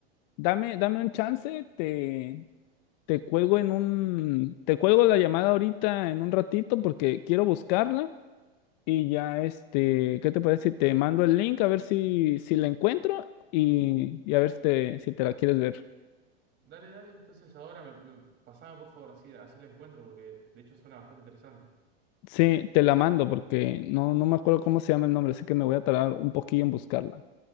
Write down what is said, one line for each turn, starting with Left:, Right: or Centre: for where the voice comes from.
Left: dame, dame un chance, te, te cuelgo en un, te cuelgo la llamada ahorita en un ratito porque quiero buscarla y ya, este, ¿qué te parece si te mando el link a ver si, si la encuentro y, y a ver si te, si te la quieres ver?
Right: Dale, dale. Entonces ahora me, me- pasame por favor, así, así la encuentro, porque de hecho suena bastante interesante.
Left: Sí, te la mando porque no, no me acuerdo cómo se llama el nombre, así que me voy a tardar un poquillo en buscarla.